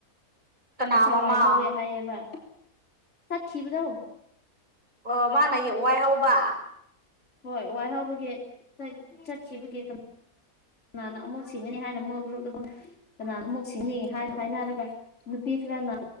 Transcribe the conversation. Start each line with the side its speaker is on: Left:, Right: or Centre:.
Right: ꯀꯅꯥ
Left: ꯄꯩꯁꯥ
Right: ꯃꯃꯥ
Left: ꯋꯥꯏꯍꯧꯋꯦ ꯍꯥꯏꯌꯦꯕ ꯆꯠꯈꯤꯕꯗꯣ
Right: ꯑꯣ ꯃꯥꯅ ꯋꯥꯏ ꯍꯧꯕ
Left: ꯍꯣꯏ ꯋꯥꯏꯍꯥꯎꯕꯒꯤ ꯆꯠꯈꯤꯕꯒꯤ꯫ ꯅꯥꯅ ꯑꯃꯨꯛ ꯁꯤꯡꯒꯅꯤ ꯍꯥꯏꯅ ꯃꯣꯏ ꯒ꯭ꯔꯨꯞ ꯫ ꯀꯅꯥꯅ ꯑꯃꯨꯛ ꯁꯤꯅꯤ ꯍꯥꯏ ꯍꯥꯏꯅꯔꯒ ꯅꯨꯄꯤꯁꯤꯔꯅ